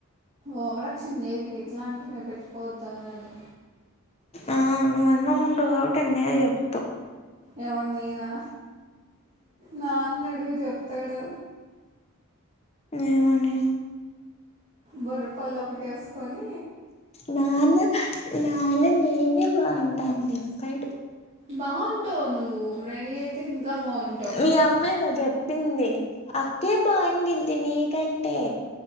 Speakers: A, on the right (about 30°); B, on the left (about 25°).
A: ఓవరక్షన్ చేయకు ఇట్లాంటివే పెట్టుకోవద్దు అన్నది
B: ఆ నువ్వు అందంగ ఉంటవ్ కాబట్టి ఎన్నైనా చెప్తవ్
A: ఎవరు నేనా నాన్న అడుగు చెప్తాడు
B: ఏమనీ
A: బొర పల్లోకటేసుకొని
B: నాన్న నాన్న నేనే బావుంటా అని చెప్పాడు
A: బాగుంటావు నువ్వు రెడీ అయితే ఇంకా బావుంటావ్
B: మీ అమ్మేగా చెప్పింది అక్కే బావుండిద్ది నీకంటే